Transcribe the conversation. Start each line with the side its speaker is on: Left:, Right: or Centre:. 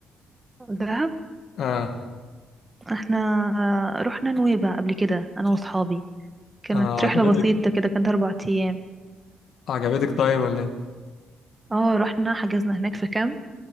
Right: دهب
Left: اه,
Right: احنا رحنا نويبع قبل كده انا واصحابي كانت
Left: آه عجبتك
Right: رحلة بسيطة كده كانت اربع ايام
Left: عجبتك طيب ولا ايه
Right: اه رحنا حجزنا هناك في كامب